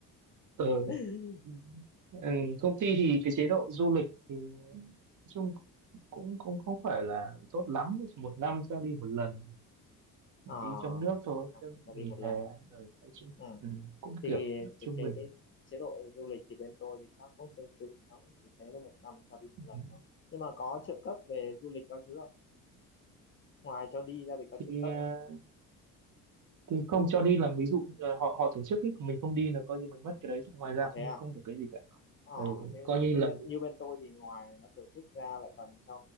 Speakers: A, on the right; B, on the left.
A: ừ.
B: <laughs>
A: Ừ. Ừ, công ty thì cái chế độ du lịch thì nói chung cũng cũng không phải là tốt lắm một năm cho đi một lần mà
B: à,
A: đi trong nước thôi cái
B: sẽ
A: nghỉ
B: đi một lần
A: hè
B: à?
A: rồi nói chung
B: ừ.
A: ừ, cũng
B: thì
A: kiểu trung
B: cái cái
A: bình
B: cái chế độ du lịch thì bên tôi thì chắc cũng tương tự nó cũng chỉ thế là một năm cho đi một
A: ừ.
B: lần thôi nhưng mà có trợ cấp về du lịch các thứ không ngoài cho đi ra thì có
A: thì
B: trợ cấp
A: ờ,
B: không
A: thì không
B: như
A: cho đi là ví dụ như là họ họ tổ chức ấy còn mình không đi là coi như mình mất cái đấy chứ ngoài ra
B: à
A: không
B: thế à
A: không được cái gì cả
B: ờ
A: ừ,
B: thế,
A: coi
B: thế
A: như
B: như
A: là
B: bên như bên tôi thì ngoài nó tổ chức ra lại còn cho